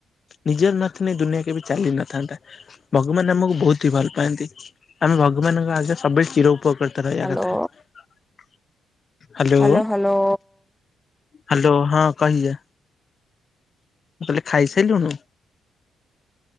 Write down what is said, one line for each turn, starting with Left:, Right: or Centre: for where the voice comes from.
Left: ନିଜର ନଥିଲେ ଦୁନିଆ କେବେ ଚାଲି ନଥାନ୍ତା। ଭଗବାନ୍ ଆମକୁ ବହୁତହି ଭଲ ପାଆନ୍ତି ଆମେ ଭଗବାନଙ୍କ ଆଗରେ ସବୁବେଳେ ଚିର ଉପକ୍ରୁ ରହିବା
Centre: ହ୍ୟାଲୋ
Left: କଥା ହାଲୋ।
Centre: ହ୍ୟାଲୋ ହ୍ୟାଲୋ
Left: ହାଲୋ ହଁ କହିଯା। ତାହେଲେ ଖାଇସାଇଲୁଣୁ।